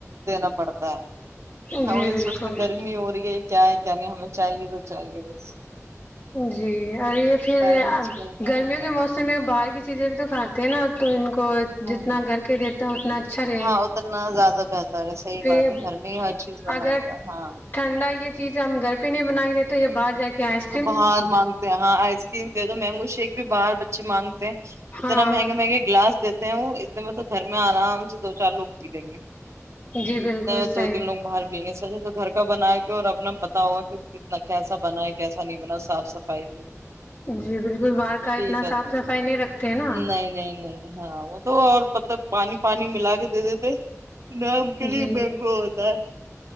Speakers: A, on the right (about 60°); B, on the left (about 40°).
A: دینا پڑتا ہے
B: جی
A: ہ یہ
B: بالکل
A: سوچتے گرمی ہو رہی ہے کیا ہے یعنی ہمیں چاہیے تو چاہیے بس
B: جی اور یہ پھر
A: پیرنٹس پریشان
B: گرمیوں
A: ہوتا
B: کے
A: ہے
B: موسم میں باہر کی چیزیں بھی تو کھات ہیں نا تو ان کو کو
A: ہاں
B: جتنا گھر کے دیتا ہ اتنا اچھا رہے
A: ہاں اتنا زیادہ بہتر ہے صحیح
B: پھر
A: بات ہے گھر میں ہی ہر چیز بنائی
B: اگر
A: گا ہاں
B: ٹھنڈا یہ چیز ہم گھر پہ نہیں بنا کے دیتے تو یہ بعار ج کے آس
A: تو باہر مانگتے ہیں ہاں آئس کریم دے دو مینگو شیک بھی باہر بچے مانگ اتنا
B: ہاں
A: مہنگے مہنگے گلاس د وہ اتنے مطلب گھر میں آرام سے دو چار لوگ پی لیں گے
B: جی بالکل
A: اتنے
B: صحیح
A: دو تین لوگ باہر گھر کا بناائے گ اور اپنا پتا ہوگا کہھر کتنا کیسا بنائے گا کیسا نہیں بنا صاف صفائی سے
B: جی بالکل باہر
A: وہ
B: کا
A: بھی
B: اتنا
A: یہی کہتے
B: صاف
A: ہیں
B: صفائی نہیں رکھتے ہیں نا
A: نہیں نہیں نہیں ہاں وہ تو اور مطلب پانی پانی ملا کے دے دیتے نام کلی
B: جی
A: مگ ہوتاا